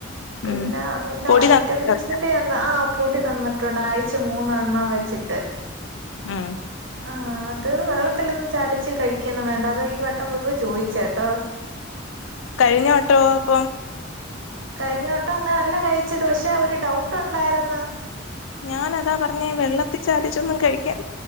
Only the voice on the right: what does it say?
പിന്നെ
അയ്‌ന്റെ
വൈറ്റമിൻസിന്റെ
ആഹ് കൂട്ടി തന്നിട്ടുണ്ട് ആഴ്ച്ച മൂന്നെണ്ണം വെച്ചിട്ട്
ആഹ് അത് വെള്ളത്തിലൊന്നും ചാലിച്ച് കഴിക്കൊന്നും വേണ്ട. അത് ഈ വട്ടം പോയപ്പൊ ചോയ്ച്ച ട്ടോ
കഴിഞ്ഞ വെട്ടം അങ്ങനല്ല കഴിച്ചത് പക്ഷെ ഒരു ഡൗട്ട് ഉണ്ടായിര്ന്ന്